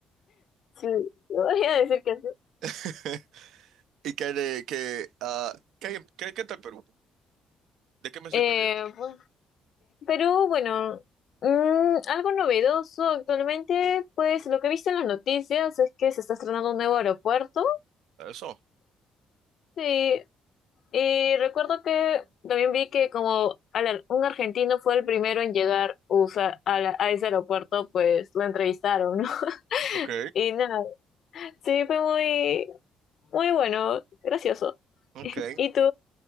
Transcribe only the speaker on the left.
Sí, <laughs> no voy a decir que sí.
Eh,
pues, Perú, bueno, mm, algo novedoso actualmente, pues lo que he visto en las noticias es que se está estrenando un nuevo aeropuerto.
Sí, y recuerdo que también vi que como al- un argentino fue el primero en llegar usa- a, la- a ese aeropuerto, pues lo entrevistaron, ¿no? <laughs>
Y nada, sí, fue muy, muy bueno, gracioso.
¿Y tú?